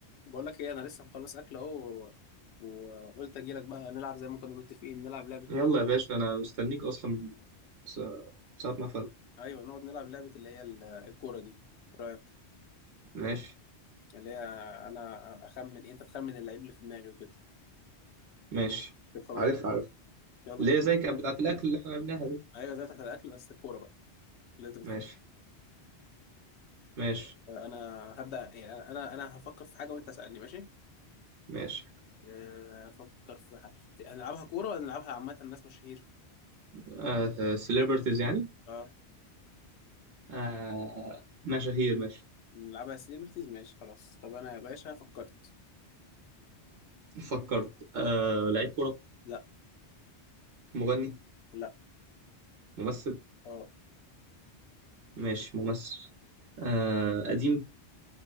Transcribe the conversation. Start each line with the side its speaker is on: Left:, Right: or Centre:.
Left: بقول لك ايه انا لسه مخلص اكل اهو و- وقلت اجي لك بقى نلعب زي ما كنا متفقين نلعب لعبه
Right: يلا
Left: ال...
Right: يا باشا انا مستنيك اصلا من سا- ساعة ما فل
Left: ايوه نقعد نلعب لعبه اللي هي ال- الكوره دي ايه رايك
Right: ماشي
Left: اللي هي انا اخمن انت تخمن اللعيب اللي في دماغي وكده
Right: ماشي
Left: طب خلاص
Right: عارف عارف
Left: يلا
Right: ليه
Left: بينا
Right: زي كانت بتاعت الاكل اللي احنا عملناها دي
Left: ايوه زي بتاعت الاكل بس الكوره بقى اللي انت بتحبها
Right: ماشي ماشي
Left: انا هبدا يعني انا انا هفكر في حاجه وانت اسالني ماشي
Right: ماشي
Left: آه، افكر في حاجه هنلعبها كوره ولا نلعبها عامه الناس مشاهير
Right: آه سيلبرتيز يعني
Left: اه
Right: آه مشاهير ماشي
Left: نلعبها سيلبرتيز ماشي خلاص طب انا يا باشا فكرت
Right: فكرت آه لعيب كرة
Left: لا
Right: مغني
Left: لا
Right: ممثل
Left: اه
Right: ماشي ممثل آه قديم